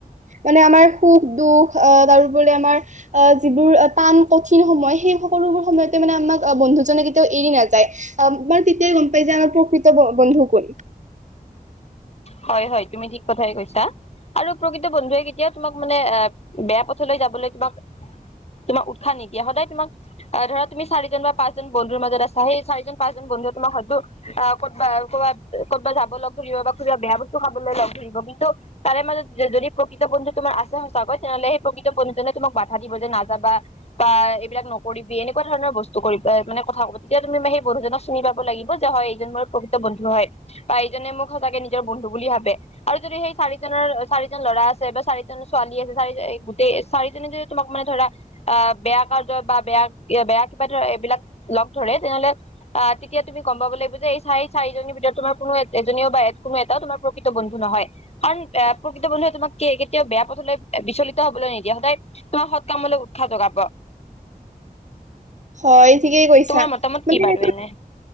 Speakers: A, on the right; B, on the left.
A: মানে আমাৰ সুখ-দুখ আ, তাৰোপৰি আমাৰ আ যিবোৰ টান, কঠিন সময়, সেই সকলোবোৰ সময়তে মানে, আপোনাক বন্ধুজনে কেতিয়াও এৰি নাযায়। অঁ, মই তেতিয়াই গম পাই যে আমাৰ প্ৰকৃত বন্ধু কোন!
B: হয়, হয়। তুমি ঠিক কথাই কৈছা। আৰু প্ৰকৃত বন্ধুৱে কেতিয়াও তোমাক মানে বেয়া পথলৈ যাবলৈ তোমাক - তোমাক উৎসাহ নিদিয়ে, সদায় তোমাক- ধৰা তুমি চাৰিজন বা পাঁচজন বন্ধুৰ মাজত আছা। সেই চাৰিজন, পাঁচজন বন্ধুৱে তোমাক হয়তো - আহ ক'বা ক'ৰবা ক'বাত যাব লগ ধৰিব বা কোনোবা বেয়া বস্তু খাবলৈ লগ ধৰিব। কিন্তু - তাৰে মাজত যদি প্ৰকৃত বন্ধু তোমাৰ আছে সঁচাকৈ তেনেহলে সেই প্ৰকৃত বন্ধুজনে তোমাক বাধা দিব যে নাযাবা- বা এইবিলাক নকৰিবি এনেকুৱা ধৰণৰ বস্তু কৰিবা মানে কথা কব। তেতিয়া তুমি সেই বন্ধু জনক- চিনি পাব লাগিব যে হয় এইজন মোৰ প্ৰকৃত বন্ধু হয় বা এইজনে মোক সঁচাকে নিজৰ বন্ধু বুলি ভাবে। আৰু যদি সেই চাৰিজনৰ, চাৰিজন ল'ৰা আছে বা চাৰিজন- ছোৱালী আছে, চাৰি গোটেই চাৰিজনে যে তোমাক মানে ধৰা- আহ বেয়া কাৰ্যত বা বেয়া কিবা ধৰা এইবিলাক ধৰে তেনেহ'লে- অঁ, তেতিয়া তুমি গম পাব লাগিব যে এই চাৰি- চাৰিজনীৰ ভিতৰত তোমাৰ কোনো এজনীও বা- কোনো এটাও তোমাৰ প্ৰকৃত বন্ধু নহয়। কাৰণ এ প্ৰকৃত বন্ধুৱে তোমাক কেতিয়াও বেয়া পথলৈ বিচলিত হবলৈ নিদিয়ে, সদায়- তোমাক সৎকামলৈ উৎসাহ জগাব।
A: হয়, ঠিকে কৈছা।
B: তোমাৰ মতামত
A: মানে-
B: কি বাৰু এনে